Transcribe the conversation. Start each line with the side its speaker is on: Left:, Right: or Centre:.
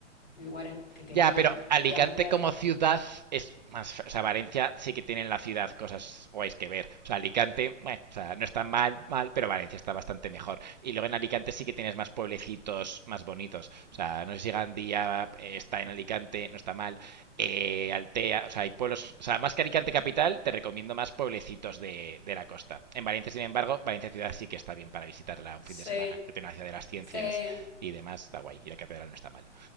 Left: lugares que quería-
Right: Ya, pero Alicante
Left: queríamos ver.
Right: como ciudad es más. O sea, Valencia sí que tiene en la ciudad cosas guays que ver. O sea, Alicante, bueno, o sea, no está mal, mal, pero Valencia está bastante mejor. Y luego en Alicante sí que tienes más pueblecitos más bonitos. O sea, no sé si Gandía eh, está en Alicante, no está mal. Eh, Altea, o sea, hay pueblos. O sea, más que Alicante capital, te recomiendo más pueblecitos de, de la costa. En Valencia, sin embargo, Valencia ciudad sí que está bien para visitarla un
Left: Sí,
Right: fin de semana, que tiene una ciudad de las ciencias
Left: sí,
Right: y demás, está guay. Y la catedral no está mal.